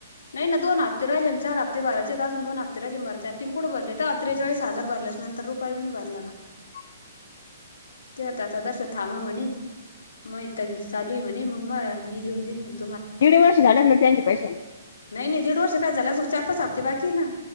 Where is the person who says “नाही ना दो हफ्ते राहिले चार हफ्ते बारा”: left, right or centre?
Left